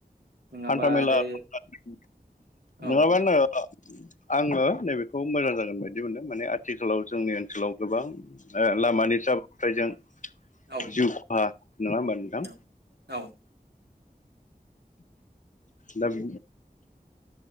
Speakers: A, on the right; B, on the left.
A: नङाबा
B: हान्था मेला
A: आरो
B: <unintelligible>
A: औ
B: नङाबानो
A: नोंथां
B: अ आङो नैबेखौ मोजां जागोन बायदि बुंदों मोनदों आथिखालाव जोंनि ओनसोलाव गोबां ओ लामानि जाब्रबथायजों
A: औ
B: जिउ खहा नङा होमबा नोंथां
A: औ औ
B: दा <unintelligible>